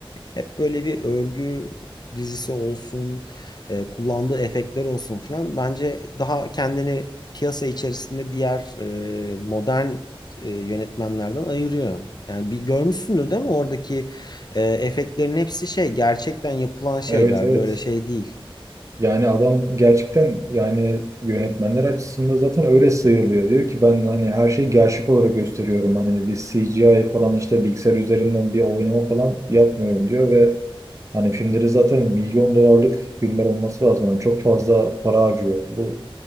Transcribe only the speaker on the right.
Evet evet.
Yani adam gerçekten yani yönetmenler açısından zaten öyle sıyrılıyor. Diyor ki ben hani her şeyi gerçek olarak gösteriyorum. Hani bir CGI falan işte bilgisayar üzerinden bir oynama falan yapmıyorum diyor ve hani filmleri zaten milyon dolarlık filmler olması lazım. Yani çok fazla para harcıyor. Bu